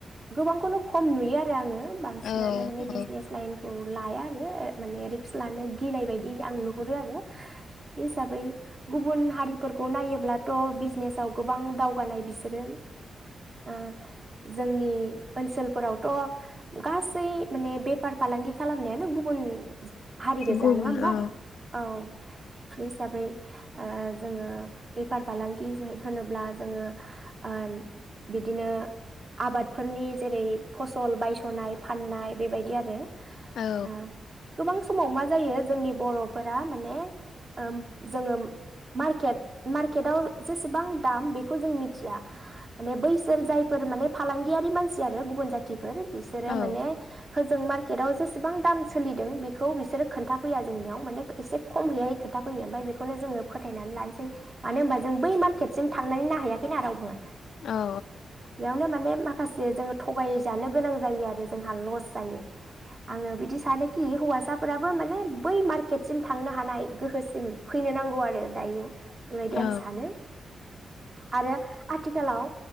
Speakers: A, on the right (about 35°); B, on the left (about 85°).
A: गोबांखौनो खम नुयो आरो आङो। बांसिनानो
B: औ
A: माने बिजनेस
B: औ
A: लाइनखौ लाया आरो ओ माने रिक्स लानो गिनाय बायदि आं नुहुरो आरो। बे हिसाबै गुबुन हारिफोरखौ नायोब्लाथ' बिजनेसाव गोबां दावगानाय बिसोरो। आ जोंनि ओनसोलफोरावथ' गासै माने बेपार फालांगि खालामनायानो गुबुन हारि गोजा
B: गुबुन
A: नङा होमबा
B: औ
A: औ बे हिसाबै ओ जोङो बेफार फालांगि होनोब्ला जोङो ओ बिदिनो आबाद फोरनि जेरै फसल बायसनाय फाननाय बेबायदि आरो ओ
B: औ
A: गोबां समाव मा जायो जोंनि बरफोरा माने ओ जोङो मारकेट मारकेटयाव जेसेबां दाम बेखौ जों मिथिया माने बैसोर जायफोर माने फालांगि गियारि मानसि आरो गुबुन जाथिफोर बिसोरो
B: औ
A: माने होजों मार्केटआव जेसेबां दाम सोलिदों बेखौ बिसोरो खोन्थाफैया जोंनियाव माने एसे खम हैयै खोनथाफैयो ओमफाय बेखौनो जोङो फोथायनानै लानोसै मानो होनबा जों बै मार्केटसिम थांनानै नायहैयाखैना रावबो
B: औ
A: बेयावनो माने माखासे जोङो थगायजानो गोनां जायो आरो जोंहा लस जायो आङो बिदि सानोखि हौवासाफोराबो माने बै मार्केटसिम थांनो हानाय गोहोसिम फैनो नांगौ आरो दायो बेबायदि आं
B: औ
A: सानो आरो आथिखालाव